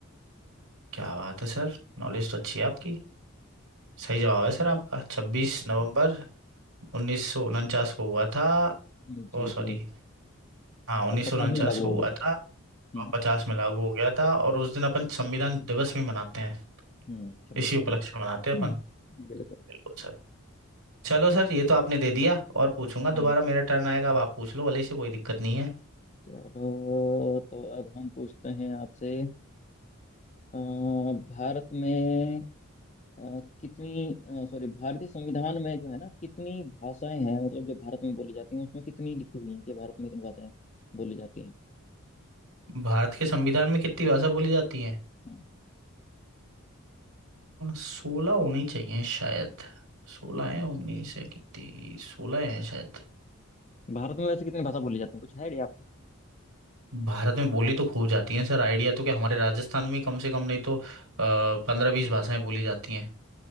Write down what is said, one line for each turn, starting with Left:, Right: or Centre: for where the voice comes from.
Right: क्या बात है सर नॉलेज तो अच्छी है आपकी सही जवाब है सर
Left: हाँ,
Right: आपका छब्बीस नवंबर उन्नीस सौ उनचास को हुआ था
Left: जी
Right: ओ सॉरी
Left: जी
Right: हाँ उन्नीस
Left: और पचास
Right: सौ उनचास
Left: में लागू
Right: को
Left: हो
Right: हुआ
Left: गया था
Right: था
Left: हम्म
Right: और पचास में लागू हो गया था और उस दिन अपन संविधान दिवस भी मनाते हैं
Left: हम्म छब्बीस
Right: इसी उपलक्ष्य
Left: नवंबर को ना
Right: में
Left: हम्म,
Right: मनाते हैं अपन
Left: बिल्कुल
Right: बिल्कुल सर चलो सर ये तो आपने दे दिया और पूछूंगा दोबारा
Left: हम्म,
Right: मेरा टर्न आएगा अब आप पूछ लो वाले से कोई दिक्कत नहीं है
Left: चलो तो अब हम पूछते हैं आपसे अ, भारत में अ, कितनी सॉरी भारतीय संविधान में जो है ना कितनी भाषाएं हैं मतलब जो भारत में बोली जाती हैं उसमें कितनी लिखी हुई हैं कि भारत में इतनी भाषाएं बोली जाती हैं
Right: भारत के संविधान में कितनी भाषा बोली जाती है
Left: हाँ।
Right: सोलह होनी चाहिए शायद सोलह है उन्नीस है कितनी सोलह है शायद
Left: भारत में वैसे कितनी भाषा बोली जाती है कुछ है आइडिया आपको
Right: भारत में बोली तो खूब जाती है सर आइडिया तो क्या हमारे राजस्थान में कम से कम नहीं तो पंद्रह बीस भाषाएं बोली जाती हैं